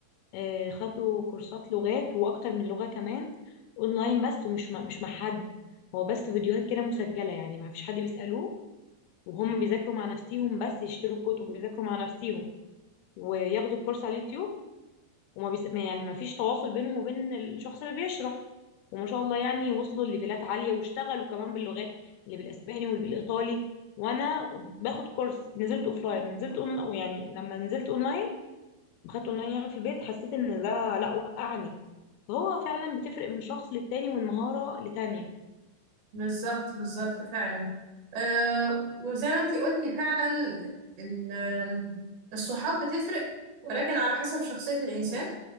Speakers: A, on the left; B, on the right.
A: آه، خدوا كورسات لغات وأكتر من لغة كمان أونلاين بس ومش مع- مش مع حد هو بس فيديوهات كده مسجلة يعني ما فيش حد بيسألوه وهم بيذاكروا مع نفسيهم بس يشتروا الكتب ويذاكروا مع نفسيهم وياخدوا الكورس على اليوتيوب وما بيس... ما- يعني ما فيش تواصل بينهم وبين الشخص اللي بيشرح وما شاء الله يعني وصلوا لليفلات عالية واشتغلوا كمان باللغات اللي بالاسباني واللي بالايطالي وانا باخد كورس نزلت اوفلاين ونزلت اونلاين يعني لما نزلت اونلاين وخدت اونلاين يعني في البيت حسيت ان ده لا وقعني فهو فعلا بتفرق من شخص للتاني ومن مهارة لتانية
B: بالظبط بالظبط فعلا أه وزي ما انتي قلتي فعلا ال- الصحاب بتفرق ولكن على حسب شخصية الإنسان